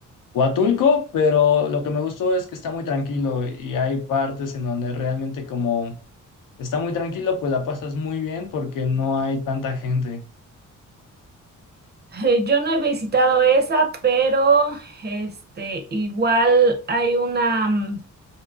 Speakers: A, on the left (about 80°); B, on the right (about 30°).
A: Huatulco, pero lo que me gustó es que está muy tranquilo y hay partes en donde realmente como está muy tranquilo, pues la pasas muy bien porque no hay tanta gente.
B: Eh, Yo no he visitado esa, pero este igual hay una mm,